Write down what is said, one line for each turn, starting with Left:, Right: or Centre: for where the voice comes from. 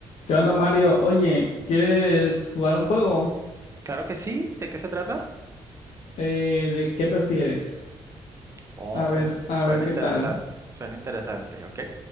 Left: ¿Qué onda, Mario? Oye, ¿quieres jugar un juego?
Right: Claro que sí. ¿De qué se trata?
Left: Eh, ¿de qué prefieres?
Right: Oh,
Left: A ver,
Right: me suena
Left: a ver qué
Right: interesante.
Left: tal.
Right: Suena interesante, ¿ok?